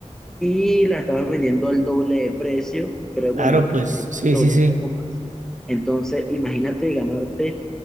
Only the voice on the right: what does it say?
Claro,
pues,
sí,
sí, sí.